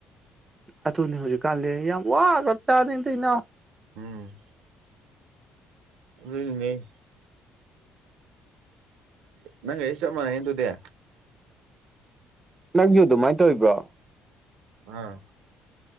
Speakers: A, on the right; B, on the right.
A: ꯑꯗꯨꯊꯅꯦ ꯍꯧꯖꯤꯛꯀꯥꯟꯗꯤ ꯌꯥꯝ ꯋꯥꯒ꯭ꯔꯞ ꯆꯥꯗꯩ ꯏꯇ ꯏꯅꯥꯎ
B: ꯎꯝ ꯂꯩꯅꯦ ꯅꯪꯒꯥ ꯑꯩꯒꯥ ꯆꯞ ꯃꯅꯩ ꯑꯗꯨꯗꯦ
A: ꯅꯪꯁꯨ ꯑꯗꯨꯃꯥꯏꯅ ꯇꯧꯔꯤꯕ꯭ꯔꯣ
B: ꯑꯥ